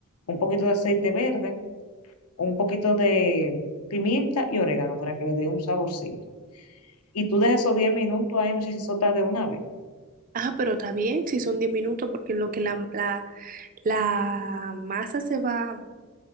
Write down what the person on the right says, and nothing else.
Ah, pero está bien, si son 10 minutos, porque en lo que la, la La masa se va,